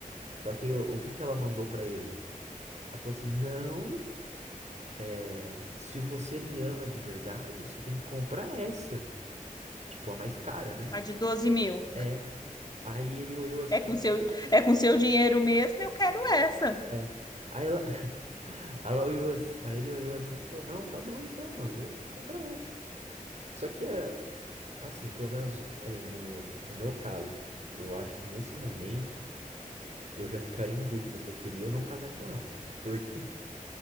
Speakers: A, on the right (about 50°); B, on the left (about 30°).
A: Só que o que que ela mandou pra ele? Ela falou assim, não... É, se você me ama de verdade, você tem que comprar essa. Tipo, a mais cara, né?
B: A de doze mil
A: É. Aí ele olhou assim.
B: é com seu, é com seu dinheiro mesmo, eu quero essa.
A: É. Aí ela, <laughs> ela olhou assim, aí ele olhou assim e falou: Não, tá bom então, amor, vou vou comprar essa. Só que, é, assim, pelo menos ali no, no no meu caso, eu acho que nesse momento eu já ficaria em dúvida se eu queria ou não casar com ela. porque